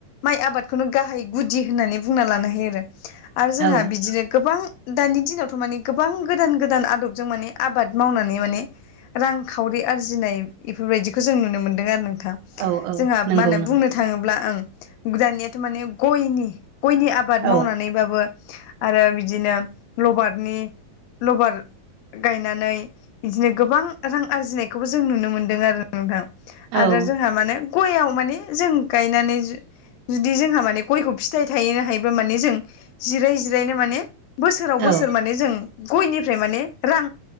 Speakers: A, on the left; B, on the right.
A: माइ आबाद बेखौनो गाहाय गुदि होननानै बुंना लानो हायो आरो आरो जोंहा
B: औ
A: बिदिनो गोबां दानि दिनावथ' माने गोबां गोदान गोदान आदबजों माने आबाद मावनानै माने रांखावरि आरजिनाय बेफोरबायदिखौ जों नुनो मोन्दों आरो नोंथां
B: औ औ
A: जोंहा
B: नंगौ
A: मा होनो
B: नंगौ
A: बुंनो था थाङोब्ला ओं दानियाथ' माने गयनि गयनि आबाद मावनानैबाबो
B: औ
A: आरो बिदिनो लबारनि लबार गायनानै बिदिनो गोबां रां आरजिनायखौबो जों नुनो मोनदों आरो नोंथां
B: औ
A: आरो जोंहा माने गयाव माने जों गायनानै जुदि जोंहा माने गयखौ फिथाइ थायहोनो हायोब्ला माने जों जिराय जिरायनो माने बोसोराव बोसोर
B: औ
A: माने जों गयनिफ्राय माने रां